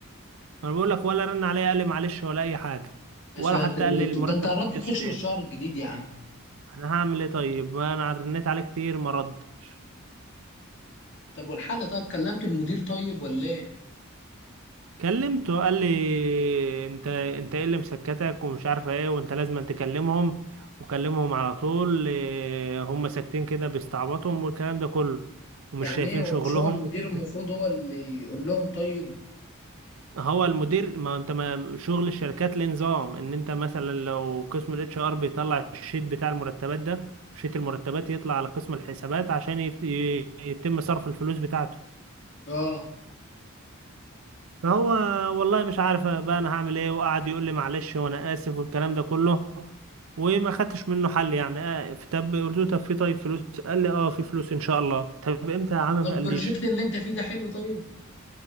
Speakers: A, on the right; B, on the left.
A: انا بقول لك ولا رن عليا قال لي معلش ولا اي حاجه
B: يا
A: ولا
B: ساتر
A: حتى قال لي
B: انت-
A: المرتب
B: ده انت قربت
A: ما بيتقبلش
B: تخش في
A: ليه
B: الشهر الجديد يا عم
A: انا هعمل ايه طيب ما انا رنيت عليه كتير ما ردش
B: طب والحل طيب كلمت المدير طيب ولا ايه
A: كلمته قال لي انت انت ايه اللي مسكتك ومش عارفه ايه وانت لازم تكلمهم وكلمهم على طول إيه، هم ساكتين كده بيستعبطهم والكلام ده كله ومش
B: يعني
A: شايفين
B: ايه هو
A: شغلهم
B: مش هو المدير
A: وكده
B: المفروض هو اللي يقول لهم طيب
A: هو المدير ما انت ما شغل الشركات ليه نظام ان انت مثلا لو قسم الاتش ار بيطلع الشيت بتاع المرتبات ده شيت المرتبات يطلع على قسم الحسابات عشان يت- يتم صرف الفلوس بتاعته
B: اه
A: فهو والله مش عارف بقى انا هعمل ايه وقعد يقول لي معلش وانا اسف والكلام ده كله وما خدتش منه حل يعني آه، طب قلت له طب في طيب فلوس قال لي اه في فلوس ان شاء الله طب امتى يا عم
B: البروجكت
A: ما قاليش
B: اللي انت فيه ده حلو طيب